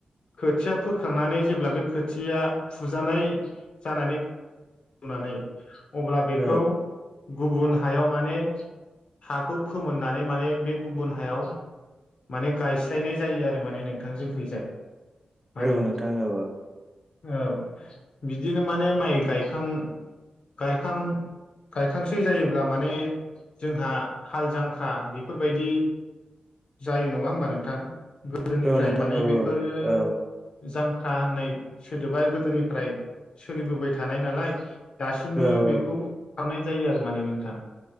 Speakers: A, on the left; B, on the right.
A: खोथिया फोखांनानै जेब्ला बे खोथिया फुजानाय जानानै नानै अब्ला बेखौ
B: औ
A: गुबुन हायाव माने हाखौ फोमोननानै माने बे गुबुन हायाव माने गायस्लायनाय जायो आरो माने नोंथां जोंखैजाय। माने
B: औ नोंथां औ
A: औ बिदिनो माने माइ गाय खां गायखां गायखांसै जायोब्ला माने जोंहा हाल जांख्रा बेफोरबायदि जायो नङा होमबा नोंथां? गोदोनिफ्राय
B: औ नोंथां
A: माने
B: औ
A: बेफोरो
B: औ
A: जांख्रा होननाय सोदोबा गोदोनिफ्राय सोलिबोबाय थानाय नालाय दासिमबो
B: औ नोंथां औ नोंथां
A: बेखौ
B: औ
A: खालामनाय जायो आरो माने नोंथां।